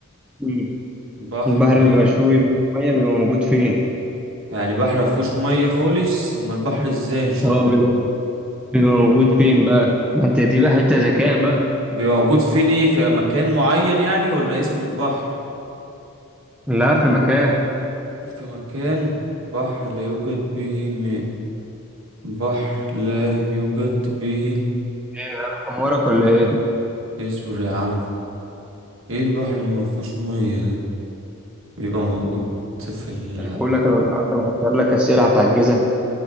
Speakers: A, in the centre; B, on the right.
A: مم.
B: بحر
A: البحر
B: لا
A: اللي بيبقى فيه ميه بيبقى موجود فين؟
B: يعني بحر مفهوش ميه خالص اما البحر ازاي ان شاء
A: اه
B: الله
A: بيبقى بيبقى موجود فين بقى؟ ما انت دي بقى حته ذكاء بقى
B: بيبقى موجود فين ايه في مكان معين يعني ولا اسم البحر
A: لا في مكان
B: في مكان بحر لا يوجد به ماء بحر لا يوجد به
A: ايه انا حمارك ولا ايه؟
B: اصبر يا عم ايه البحر اللي مفهوش ميه ده بيبقى موجود في ال
A: مش بقول لك انا النهارده محضر لك اسئله هتعجزك